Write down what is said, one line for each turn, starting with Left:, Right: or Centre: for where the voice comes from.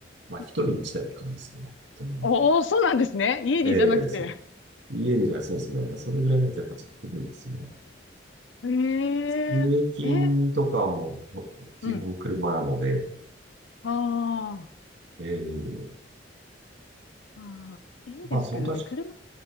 Right: まあ、一人一台って感じですね。
Left: うんうん。
Right: 車だったら
Left: おー、そうなんですね。家にじゃなくて。
Right: ええそう家にじゃそうですね。それぐらいないとやっぱちょっと不便ですね。
Left: ええーえ、
Right: 通勤とかもほ基本車なので、
Left: うん。あー
Right: えー、
Left: あー、いいですけどね、
Right: まあ、そのかし、
Left: 車。